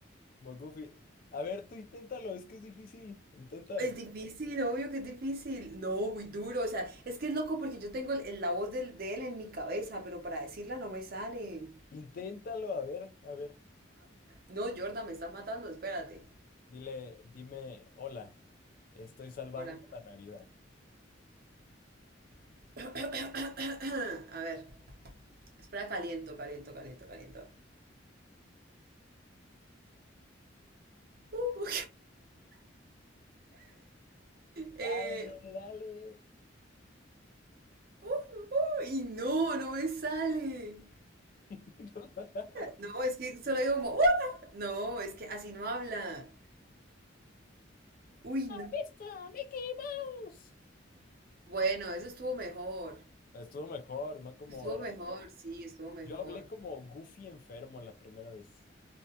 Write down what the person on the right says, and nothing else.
Es difícil, obvio que es difícil. No, muy duro. O sea, es que es loco porque yo tengo el- el- la voz del- de él en mi cabeza, pero para decirla no me sale.
No, Jordan, me estás matando, espérate.
Hola.
<clears throat> <coughs> A ver, espera, caliento, caliento, caliento, caliento. Uh, <laughs>
eh,
uh, uh, y no, no me sale.
No, es que solo digo como, "Hola". No, es que así no habla. Uy, no.
Bueno, eso estuvo mejor.
Estuvo
mejor, sí, estuvo mejor.